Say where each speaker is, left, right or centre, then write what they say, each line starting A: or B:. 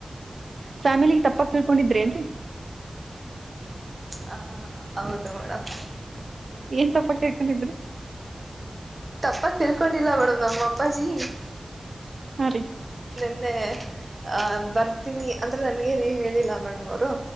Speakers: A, on the right; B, on the right.
A: ಫ್ಯಾಮಿಲಿಗೆ ತಪ್ಪಾಗ್ ತಿಳ್ಕೊಂಡಿದ್ರೇನ್ರೀ
B: ಹಾ ಹೌದು ಮೇಡಮ್
A: ಏನ್ ತಪ್ಪಾಗ ತಿಳ್ಕೊಂಡಿದ್ರಿ
B: ತಪ್ಪಾಗ್ ತಿಳ್ಕೊಂಡಿಲ್ಲ ಮೇಡಮ್ ನಮ್ಮಅಪ್ಪಾಜಿ
A: ಹಾ ರೀ
B: ನೆನ್ನೆ ಅ ಬರ್ತೀನಿ ಅಂದ್ರೆ ನನ್ಗೇನೆ ಹೇಳಿಲ್ಲ ಮೇಡಮ್ ಅವ್ರು